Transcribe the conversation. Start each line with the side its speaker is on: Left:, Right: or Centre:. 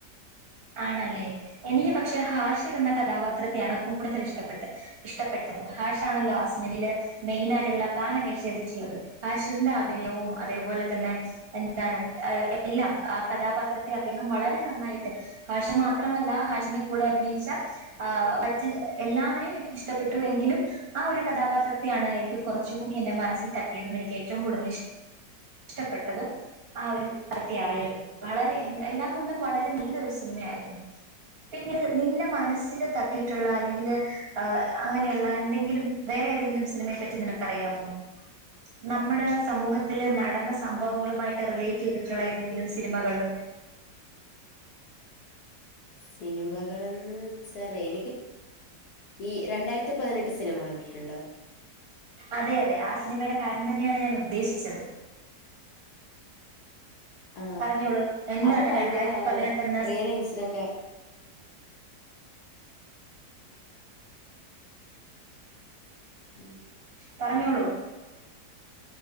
Right: ആണല്ലേ എനിക്ക് പക്ഷെ ഹാഷിർ എന്ന കഥാപാത്രത്തെയാണ് കൂടുതൽ ഇഷ്ടപ്പെട്ടെ ഇഷ്ടപ്പെട്ടത് ഹാഷാണല്ലോ ആ സിനിമല് മെയിനായിട്ട്ള്ള പ്രധാന വേഷം ചെയ്തിട്ട്ള്ളത് ഹാഷിറിന്റെ അഭിനയവും അതേപോലെ തന്നെ എന്താണ് എല്ലാം ആ കഥാപാത്രത്തെ അദ്ദേഹം വളരെ നന്നായിട്ട്- ഹാഷ് മാത്രമല്ല ഹാഷിന്റെ കൂടെ അഭിനയിച്ച ആ മറ്റ് എല്ലാവരെയും എനിക്ക് ഇഷ്ടപ്പെട്ടു എങ്കിലും ആ ഒരു കഥാപാത്രത്തെയാണ് എനിക്ക് കുറച്ചുകൂടി എന്റെ മനസ്സിൽ തട്ടിയതും എനിക്ക് ഏറ്റവും കൂടുതൽ ഇഷ് ഇഷ്ടപ്പെട്ടതും ആ ഒരു വൃത്തിയായിരുന്നു വളരെ എ എല്ലാം കൊണ്ടും വളരെ നല്ല ഒരു സിനിമയായിരുന്നു പിന്നെ നിന്റെ മനസ്സില്- തട്ടിയിട്ടുള്ള അല്ലെങ്കിൽ അ അങ്ങനെയുള്ള എങ്കിലും വേറെതെങ്കിലും സിനമ പറ്റി നിനക്കറിയമോ നമ്മുടെ സമൂത്തില് നട സംഭവങ്ങളുമായിട്ട് റിലേ ലേറ്റ് ചെയ്തിട്ടുള്ള ഏതെങ്കിലും സിനിമകള്-
Left: സിനിമകളെന്ന് വെച്ചാലേ എനിക്ക് ഈ രണ്ടായിരത്തിപതിനെട്ട് സിനിമ കണ്ടിട്ടുണ്ടോ
Right: അതെ അതെ ആ സിനിമയുടെ കാര്യം തന്നെയാണ് ഞാൻ ഉദ്ദേശിച്ചത്
Left: ആ
Right: പറഞ്ഞോളൂ എന്താണ്
Left: അത് ഭയങ്കര
Right: രണ്ടായിരത്തി പതിനെട്ട് എന്ന-
Left: റിയൽ ഇൻസിഡന്റ് മ്
Right: പറഞ്ഞോളൂ.